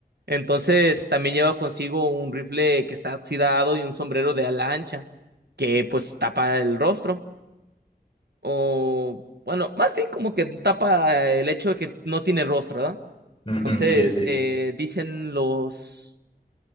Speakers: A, on the right; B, on the left.
A: Entonces también lleva consigo un rifle que está oxidado y un sombrero de ala ancha que pues tapa el rostro. O bueno, más bien como que tapa el hecho de que no tiene rostro, ¿verdad?
B: Ujú,
A: Entonces
B: Sí, sí.
A: eh, dicen los...